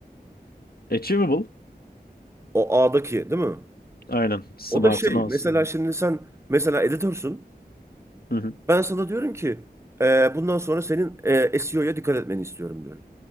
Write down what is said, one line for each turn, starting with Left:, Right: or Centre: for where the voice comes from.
Left: Achievable,
Right: O A'daki değil mi?
Left: aynen. Smart'ın
Right: O da şey.
Left: A'sı.
Right: Mesela şimdi sen mesela editörsün.
Left: Hı hı,
Right: Ben sana diyorum ki e, bundan sonra senin e, SEO'ya dikkat etmeni istiyorum diyorum.